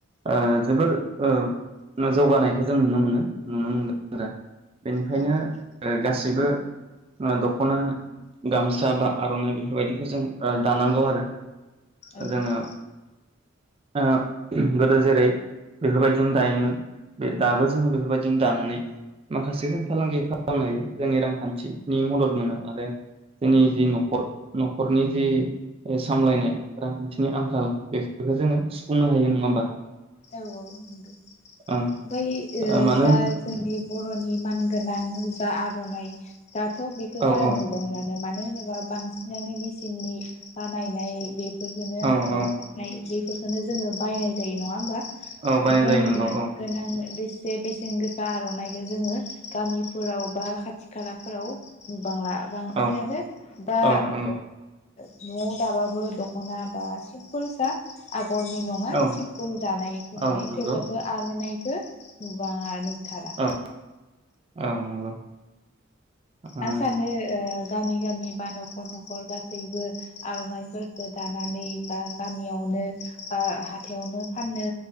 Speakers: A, on the right; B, on the left.
A: ओ जोबोर ओ जौगानाय <inaudible> जों नुनो मोनो नुनो मोनगोन आरो बेनिखायनो
B: औ
A: ओ गासैबो ओ दख'ना गामसा बा आर'नाइ बेफोरबायदिखौ जों ओ दानांगौ आरो
B: औ
A: जोङो ओ गोदो जेरै बेफोरबायदिनो दायोमोन बे दाबो जोङो बेफोरबायदिनो दानानै माखासे जों फालांगि खालामनाय जोंनि रांखान्थिनि मदद मोनो आरो जोंनि जि न'खर न'खरनि जि सामलायनाय रांखान्थिनि आंखाल बे बेखौ जोङो सुफुंनो हायो नङा होमबा?
B: औ औ नोंगौ ओमफाय
A: ओं
B: ओ
A: मानो
B: जा
A: होन
B: जोंनि बर'नि मानगोनां जा आर'नाइ दाथ' बेखौ
A: औ
B: बारा
A: औ
B: नुबांला मानो होनोबा बांसिनानो मेसिननि बानायनाय बे फोरखोनो
A: औ
B: हाथायाव
A: औ
B: फाननाय जायो बेखोननो जोङो बायनाय जायो नङा होमबा
A: औ बायनाय
B: जोंनि
A: जायो नंगौ
B: मान
A: औ
B: गोनां बेस से बेसेन गोसा आर'नाइखौ जोङो गामिफोराव बा खाथि खालाफोराव नु बांला बांसिनानो
A: औ
B: दा
A: औ नंगौ
B: ओ ओ न'आव दाबाबो दख'ना बा सिमपोलसा आग गरनि नङा
A: औ
B: सिमपोल नायखो
A: औ
B: नुयो
A: नंगौ
B: थेवब्लाबो आर'नायखो नुबा बाङा नुथारा
A: औ औ नंगौ ओ
B: आं सानो ओ गामि गामि बा न'खर न'खर गासैबो आर'नाइफोरफोरखो दानानै बा गामियावनो बा हाथायावनो फाननो